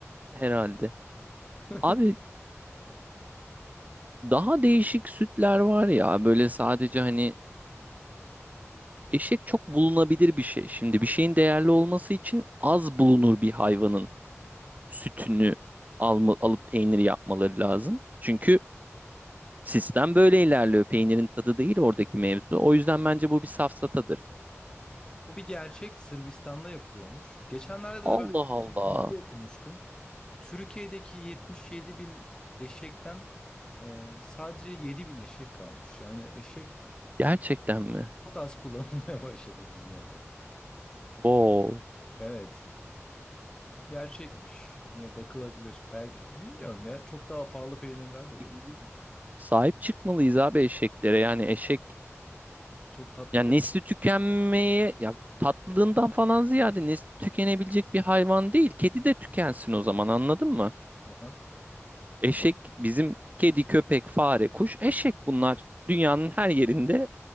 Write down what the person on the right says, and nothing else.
herhalde.
Abi daha değişik sütler var ya. Böyle sadece hani Eşek çok bulunabilir bir şey. Şimdi bir şeyin değerli olması için az bulunur bir hayvanın sütünü alma, alıp peyniri yapmaları lazım. Çünkü sistem böyle ilerliyor. Peynirin tadı değil oradaki mevzu. O yüzden bence bu bir safsatadır.
Allah
Allah.
Gerçekten mi?
Wow.
İlginç.
Sahip çıkmalıyız abi eşeklere. Yani eşek
yani
nesli tükenmeye ya tatlılığından falan ziyade nesli tükenebilecek bir hayvan değil. Kedi de tükensin o zaman anladın mı?
Eşek bizim kedi, köpek, fare, kuş, eşek bunlar. Dünyanın her yerinde